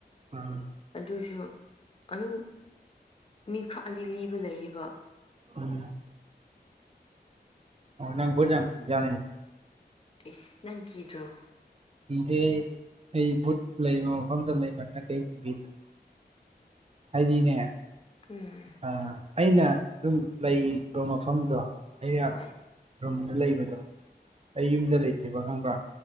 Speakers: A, on the right; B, on the left.
A: ꯑꯥ
B: ꯑꯗꯨꯁꯨ ꯑꯗꯨꯝ ꯃꯤ ꯈꯔꯗꯤ ꯂꯤꯕ ꯂꯩꯌꯦꯕ
A: ꯎꯝ ꯅꯪ ꯄꯨꯖ ꯌꯥ
B: ꯏ ꯅꯪ ꯀꯤꯗ꯭ꯔꯣ
A: ꯀꯗꯦ ꯑꯩ ꯑꯩ ꯕꯨꯠ ꯂꯩꯕ ꯃꯐꯝꯗ ꯂꯩꯕꯅꯤꯅ ꯀꯩꯤꯕꯤꯗ ꯍꯥꯏꯗꯤꯅꯦ
B: ꯎꯝ
A: ꯑ ꯑꯩꯅ ꯑꯗꯨꯝ ꯂꯩꯕ ꯃꯐꯝꯗꯣ ꯑꯩꯅ
B: ꯍꯣꯏ
A: ꯑꯗꯨꯝ ꯂꯩꯕꯗꯣ ꯑꯩ ꯌꯨꯝꯗ ꯂꯩꯇꯦꯕ ꯈꯪꯕ꯭ꯔꯥ